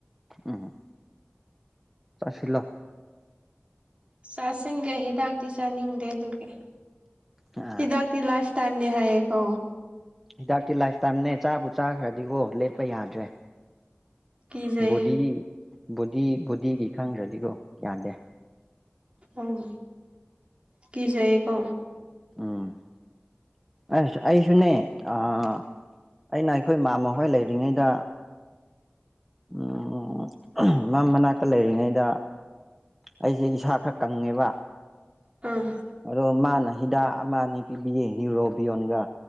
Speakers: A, in the centre; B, on the right.
A: ꯎꯝ ꯆꯁꯤꯜꯂꯣ
B: ꯆꯥꯁꯤꯟꯒꯦ ꯍꯤꯗꯥꯛꯇꯤ ꯆꯥꯅꯤꯡꯗꯦ ꯑꯗꯨꯒꯒꯤ
A: ꯑꯥ
B: ꯍꯤꯗꯥꯛ ꯇꯤ ꯂꯥꯏꯐ ꯇꯥꯏꯝꯅꯤ ꯍꯥꯏꯌꯦꯀꯣ
A: ꯍꯤꯗꯥꯛꯇꯤ ꯂꯥꯏꯐꯇꯥꯏꯝꯅꯦ ꯆꯥꯕꯨ ꯆꯥꯈ꯭ꯔꯗꯤꯀꯣ ꯂꯦꯞꯄ ꯌꯥꯗ꯭ꯔꯦ
B: ꯀꯤꯖꯩꯌꯦ
A: ꯕꯣꯗꯤ ꯕꯣꯗꯤ ꯕꯣꯗꯤꯒꯤ ꯈꯪꯗ꯭ꯔꯗꯤꯀꯣ ꯌꯥꯗꯦ
B: ꯎꯝ ꯀꯤꯖꯩꯌꯦꯀꯣ
A: ꯎꯝ ꯑꯁ ꯑꯩꯁꯨꯅꯦ ꯑꯥ ꯑꯩꯅ ꯑꯩꯈꯣꯏ ꯃꯥꯃ ꯍꯣꯏ ꯂꯩꯔꯤꯉꯩꯗ ꯎꯝ ꯃ ꯃꯅꯛ ꯇ ꯂꯩꯔꯤꯉꯩꯗ ꯑꯩꯁꯦ ꯏꯁꯥ ꯈꯔ ꯀꯪꯉꯦꯕ
B: ꯎꯝ
A: ꯑꯗꯣ ꯃꯥꯅ ꯍꯤꯗꯥꯛ ꯑꯃ ꯑꯅꯤ ꯄꯤꯕꯤꯌꯦ ꯅꯨꯔꯣꯕꯤꯌꯣꯟꯒ